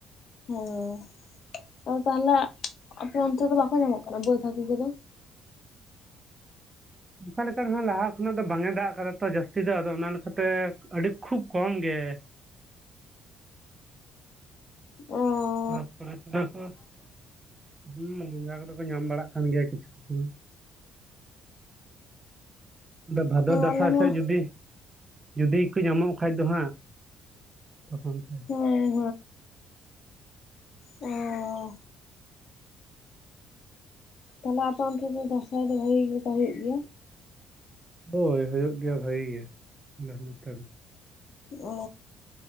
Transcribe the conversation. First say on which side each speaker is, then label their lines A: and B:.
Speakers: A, on the left; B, on the right.
A: ᱦᱳᱸᱭ ᱦᱮᱸ ᱟᱫᱚ ᱛᱟᱦᱚᱞᱮ ᱟᱯᱮ ᱚᱱᱛᱮ ᱫᱚ ᱵᱟᱠᱚ ᱧᱟᱢᱚᱜ ᱠᱟᱱᱟ ᱵᱟᱹᱫᱽ ᱦᱟᱹᱠᱩ ᱠᱚᱫᱚ᱾
B: ᱚᱱᱠᱟ ᱞᱮᱠᱟ ᱫᱚ ᱱᱟᱦᱟ ᱞᱟᱦᱟ ᱠᱷᱚᱱᱟᱜ ᱫᱚ ᱵᱟᱝ ᱮ ᱫᱟᱜ ᱠᱟᱫᱟ ᱛᱚ ᱡᱟᱹᱥᱛᱤ ᱫᱚ ᱟᱫᱚ ᱚᱱᱟ ᱞᱮᱠᱟᱛᱮ ᱟᱹᱰᱤ ᱠᱷᱩᱵ ᱠᱚᱢ ᱜᱮᱼᱼ
A: ᱚᱸ
B: ᱛᱟᱯᱚᱨᱮ ᱛᱮᱫᱚ ᱠᱚ ᱦᱩᱸ <unintelligible> ᱠᱚᱫᱚ ᱠᱚ ᱧᱟᱢ ᱵᱟᱲᱟᱜ ᱠᱟᱱ ᱜᱮᱭᱟ ᱠᱤᱪᱷᱩ ᱠᱤᱪᱷᱩᱼᱼ ᱟᱫᱚ ᱵᱷᱟᱫᱚᱨ ᱫᱟᱸᱥᱟᱭ
A: ᱟᱞᱮ ᱢᱟ
B: ᱥᱮᱡ ᱡᱩᱫᱤ ᱡᱩᱫᱤ ᱠᱚ ᱧᱟᱢᱚᱜ ᱠᱷᱟᱡ ᱫᱚ ᱦᱟᱸᱜ ᱛᱚᱠᱷᱚᱱ ᱛᱮ᱾
A: ᱦᱮᱸ ᱚᱸ ᱛᱟᱦᱚᱞᱮ ᱟᱯᱮ ᱚᱱᱛᱮ ᱫᱚ ᱫᱟᱸᱥᱟᱭ ᱫᱚ ᱵᱷᱟᱜᱤ ᱜᱮ <unintelligible> ᱦᱩᱭᱩᱜ ᱜᱮᱭᱟ᱾
B: ᱦᱳᱭ ᱦᱩᱭᱩᱜ ᱜᱮᱭᱟ ᱵᱷᱟᱜᱤ ᱜᱮ ᱟᱞᱮ ᱱᱚᱛᱮ ᱫᱚ᱾
A: ᱚ